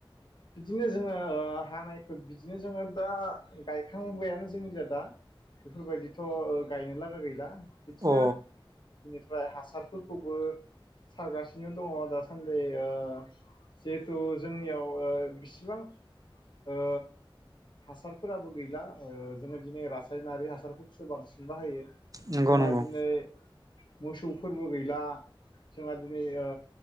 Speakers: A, on the left; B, on the right.
A: बिदिनो जोंङो ओ हानायखौ बिदिनो जोंङो दा गाय खां बायानो जोंनि जा दा बेफोरबायदिथ' गायनो लागा गैला । बिदिनो
B: अ
A: बेनिफ्राय हासारफोरखौबो सारगासिनो दंङ दासान्दि ओ जिहेथु जोंनियाव ओ बिसिबां ओ हासारफोराबो गैला ओ जोंङो दिनै रासायनारि हासारफोरखौसो बांसिन बाहायो ।
B: नंगौ
A: जोंहा
B: नंगौ
A: दिनै मोसौ फोरबो गैला जोंहा दिनै ओ